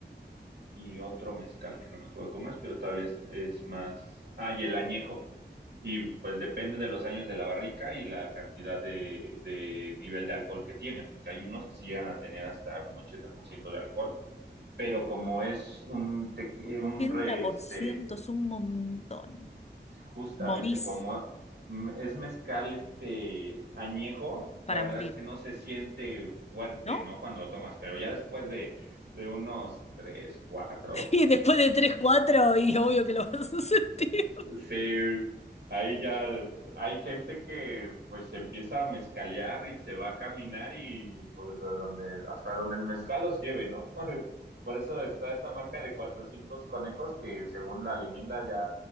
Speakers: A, on the right; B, on the left.
A: y otro mezcal que no me acuerdo cómo es, pero todavía es, es más. Ah, y el añejo. Y pues depende de los años de la barrica y la cantidad de, de nivel de alcohol que tiene, porque hay unos que sí llegan a tener hasta un 80% de alcohol, pero como es un, tequi-
B: 80%
A: un re, este,
B: es un montón.
A: justamente
B: Morís
A: como mm, es mezcal este añejo,
B: para
A: la verdad
B: morir,
A: es que no se siente fuerte,
B: ¿no?
A: ¿no? Cuando lo tomas, pero ya después de, de unos tres, cuatro
B: <laughs> Y después de 3 4, y obvio que lo vas a sentir.
A: Sí, ahí ya hay gente que pues se empieza a mezcalear y se va a caminar y pues a donde, hasta donde el mezcal los lleve, ¿no? <laughs> Por eso está esta marca de cuatrocientos conejos que según la leyenda ya,